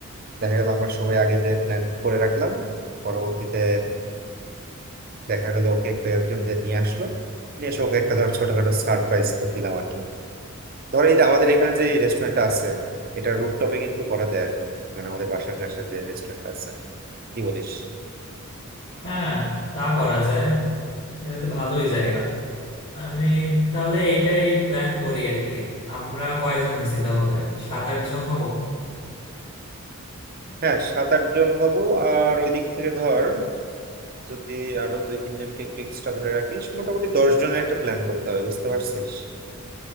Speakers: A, on the right; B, on the left.
A: দেখা গেল আমরা সবাই আগে যে প্ল্যান করে রাখলাম পরবর্তীতে দেখা গেল ওকে একটু একজন যে নিয়ে আসলো নিয়ে এসে ওকে একটা ধর ছোটখাটো সারপ্রাইজ করে দিলাম আর কি ধর এই যে আমাদের এখানে যে রেস্টুরেন্টটা আছে এটা রুফটপে কিন্তু করা যায় আর কি মানে আমাদের পাশের কাছে যে রেস্টুরেন্ট আছে কি বলিস
B: হ্যাঁ তা করা যায় এটা তো ভালোই জায়গা আমি তাহলে এটাই প্ল্যান করি আর কি আমরা কয়জন আছি তাহলে সাত আট জন হব
A: হ্যাঁ সাত আট জন হব আর ওই দিক থেকে ধর যদি আরো দুই তিনজনকে একটু এক্সট্রা ধরে রাখিস মোটামুটি দশ জনের একটা প্ল্যান করতে হবে বুঝতে পারছিস